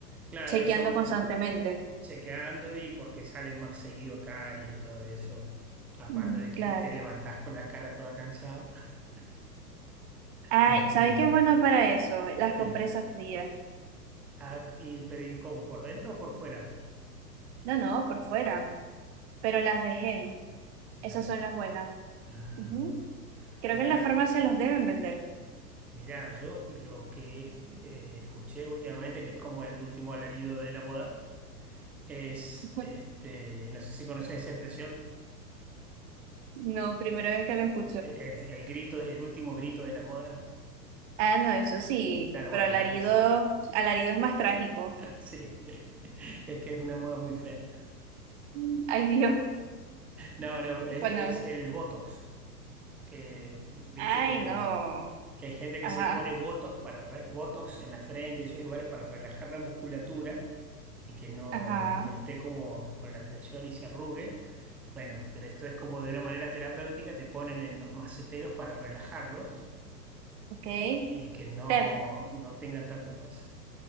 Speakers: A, in the centre; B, on the right.
A: claro,
B: chequeando
A: eso
B: constantemente.
A: chequeando y porque salen más seguido caries y todo eso. Aparte
B: Mm,
A: de que
B: claro.
A: te levantás con la cara toda cansada. <laughs>
B: Ay,
A: Este,
B: ¿sabes qué es bueno para eso? Las
A: ¿qué?
B: compresas frías.
A: Ah, y, pero ¿y cómo? ¿Por dentro o por fuera?
B: No, no, por fuera, pero las de gel.
A: La
B: Esas
A: dejé.
B: son las buenas.
A: Ah,
B: Ujú. Creo
A: mira,
B: que en la farmacia las deben vender.
A: mira, yo lo que eh, escuché últimamente, que es como el último alarido de la moda, es,
B: <laughs>
A: este, no sé si conocés esa expresión,
B: No, primera vez que lo escucho.
A: el, el- el grito, el último grito de la moda.
B: Ah, no, eso sí,
A: Claro,
B: pero
A: bueno,
B: alarido,
A: a veces,
B: alarido es más trágico.
A: <laughs> sí, es que es una moda muy fea.
B: Mm. Ay, Dios.
A: No, no, e-
B: Bueno,
A: es, el Botox, que t- viste
B: ay,
A: que,
B: no.
A: que hay gente
B: Ajá.
A: que se pone Botox, para re- Botox en la frente y esos lugares para relajar la musculatura y que no,
B: Ajá,
A: no esté como con la tensión y se arrugue. Bueno, pero esto es como de una manera terapéutica, te ponen en los maceteros para relajarlos
B: ok.
A: y que no,
B: Te-
A: no tengan tanta fuerza.